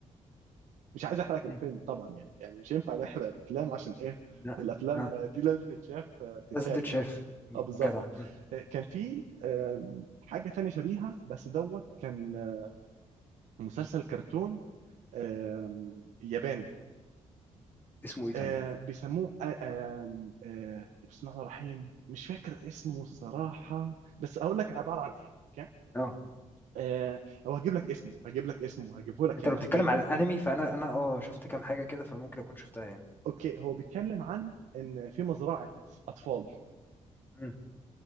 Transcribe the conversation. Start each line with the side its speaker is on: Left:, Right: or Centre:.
Right: مش عايز احرق
Left: م.
Right: الفيلم طبعا يعني يعني مش ينفع نحرق الافلام عشان ايه
Left: لا
Right: الافلام
Left: آه.
Right: دي لازم تتشاف آه، تتشاف
Left: لازم تتشاف
Right: يعني
Left: م.
Right: اه بالظبط
Left: جدع م.
Right: آه، كان في آم، حاجة تانية شبيهة بس دوت كان آه، مسلسل كرتون آم، ياباني
Left: اسمه ايه طيب
Right: آه بيسموه آه آه آه بسم الله الرحمن الرحيم مش فاكر اسمه الصراحة بس أقول لك عبارة عن إيه أوكي
Left: اه
Right: آه هو هجيب لك اسمه هجيب لك اسمه هجيبه لك
Left: انت
Right: يعني
Left: لو بتتكلم
Right: هجيبه
Left: على
Right: يعني
Left: الانمي فانا انا اه شفت كام حاجه كده فممكن اكون شفتها يعني
Right: أوكي هو بيتكلم عن إن في مزرعة أطفال
Left: امم